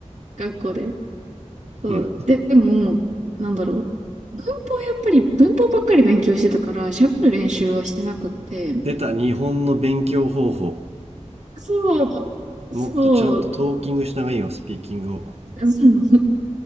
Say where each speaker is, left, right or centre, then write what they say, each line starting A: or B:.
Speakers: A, on the right (about 70°); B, on the right (about 55°).
A: 学校で。そう。
B: うん
A: で、でも、なんだろう。文法やっぱり、文法ばっかり勉強してたから、喋る練習はしてなくって、
B: 出た日本の勉強方法
A: そう、
B: もっとちゃんとトーキングした方がいいよスピーキングを
A: そう、そう